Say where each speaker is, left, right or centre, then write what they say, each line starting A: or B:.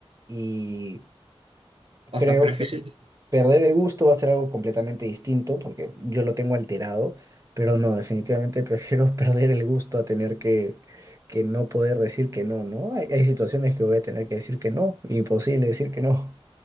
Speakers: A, on the right; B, on the right.
A: Y
B: O
A: creo
B: sea, prefieres.
A: que Perder el gusto va a ser algo completamente distinto porque yo lo tengo alterado, pero no, definitivamente prefiero <laughs> perder el gusto a tener que, que no poder decir que no, ¿no? Hay, hay situaciones que voy a tener que decir que no, imposible decir que no.